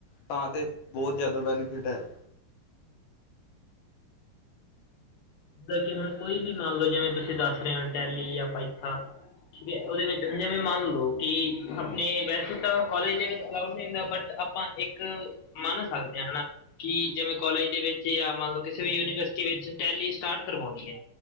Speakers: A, on the left; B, on the left.
A: ਤਾਂ ਤੇ, ਬਹੁਤ ਜ਼ਿਆਦਾ ਬੈਨੀਫਿਟ ਹੈ।
B: ਜਿੱਦਾਂ ਕਿ ਹੁਣ ਕੋਈ ਵੀ ਮੰਨ ਲਓ, ਜਿਵੇ ਤੁਸੀ ਦੱਸ ਰਹੇ ਹੋ, ਟੈਲੀ ਯਾ ਪਾਈਥਾ ਠੀਕ ਐ, ਉਹਦੇ ਵਿਚ ਹਾ ਜਿਵੇਂ ਮੰਨ ਲਓ ਕਿ, ਆਪਣੇ ਵੈਸੇ ਤਾਂ ਕਾਲਜ ਦੇ ਵਿਚ ਅਲਾਊਡ ਨਹੀ ਹੁੰਦਾ, ਬਟ ਆਪਾਂ ਇਕ ਮੰਨ ਸਕਦੇ ਹਾਂ, ਹਨਾ। ਕਿ, ਜਿਂਵੇ ਕੌਲੇਜ ਦੇ ਵਿਚ ਯਾ ਮੰਨ ਲਓ ਕਿਸੇ ਵੀ ਯੂਨੀਵਰਸਿਟੀ ਕਿ ਵਿਚ, ਟੈਲੀ ਸਟਾਰਟ ਕਰਵਾਉਣੀ ਐਂ,